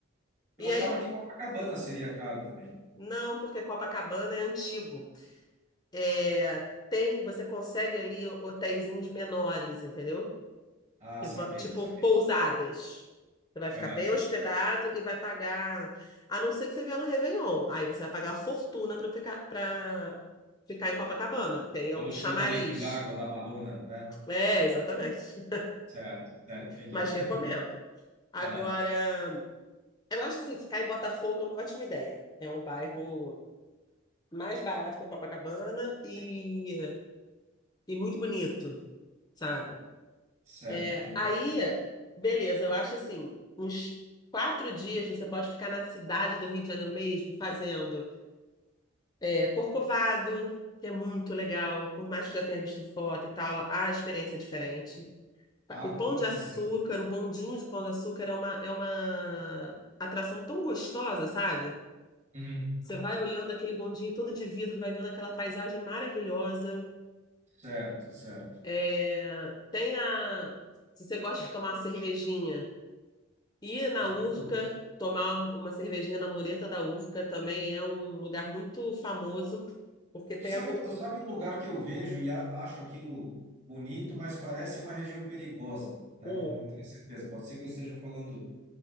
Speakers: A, on the left (about 20°); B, on the right (about 35°).
A: E
B: Eu achava
A: aí, o-
B: que Copacabana seria caro também.
A: não, porque Copacabana é antigo. É, tem, você consegue ali hotéisinhos menores, entendeu?
B: Ah,
A: Que
B: saquei,
A: va- Tipo
B: saquei.
A: pousadas. Você vai ficar
B: Aham.
A: bem hospedado e vai pagar, a não ser que você venha no Réveillon. Aí você vai pagar uma fortuna para ficar, para ficar em Copacabana, porque aí é
B: Ou
A: o
B: no
A: chamariz.
B: show da Lady Gaga ou da Madonna, né?
A: É, exatamente. <laughs>
B: Certo, certo, entendi.
A: Mas recomendo.
B: <laughs>
A: Agora.
B: Aham.
A: Eu acho assim, ficar em Botafogo é uma ótima ideia. É um bairro mais barato que Copacabana e, e muito bonito, sabe?
B: Certo,
A: É,
B: entendi,
A: aí,
B: entendi.
A: beleza, eu acho assim, uns quatro dias você pode ficar na cidade do Rio de Janeiro mesmo, fazendo é, Corcovado, que é muito legal, por mais que já tenha visto foto e tal, a experiência é diferente.
B: Ah,
A: O Pão
B: com
A: de
B: certeza.
A: Açúcar, o bondinho de Pão de Açúcar é uma, é uma atração tão gostosa, sabe?
B: Uhum.
A: Você vai olhando aquele bondinho todo de vidro, vai vendo aquela paisagem maravilhosa.
B: Certo, certo.
A: É, tem a. Se você gosta de tomar uma cervejinha, ir na
B: Até
A: Urca,
B: duas.
A: tomar uma cervejinha na mureta da Urca também é um lugar muito famoso, porque tem
B: Tu sabe,
A: a. mu-
B: tu sabe um lugar que eu vejo e a- acho aquilo bonito, mas parece uma região perigosa, né?
A: Hum.
B: Não, não tenho certeza. Pode ser que eu esteja falando